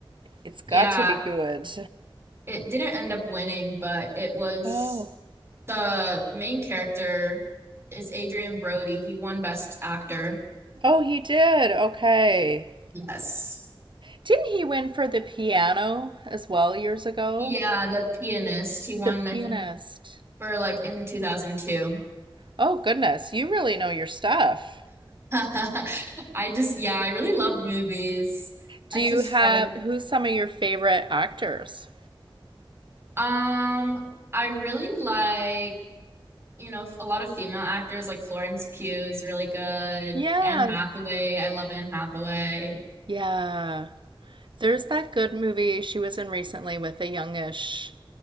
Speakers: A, on the right (about 60°); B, on the right (about 30°).
A: it's got
B: Yeah,
A: to be good.
B: it didn't end up winning, but it was
A: Oh.
B: the main character is Adrian Brody. He won Best Actor.
A: Oh, he did. Okay.
B: Yes.
A: Didn't he win for the piano as well years ago?
B: Yeah, the pianist. He won,
A: The pianist.
B: I think, for like in 2002.
A: Oh, goodness. You really know your stuff.
B: <laughs> I just, yeah, I really love movies.
A: Do
B: I've
A: you
B: just
A: have
B: tried to,
A: who's some of your favorite actors?
B: um, I really like, you know, a lot of female actors like Florence Pugh is really good.
A: Yeah.
B: Anne Hathaway, I love Anne Hathaway.
A: Yeah. There's that good movie she was in recently with a youngish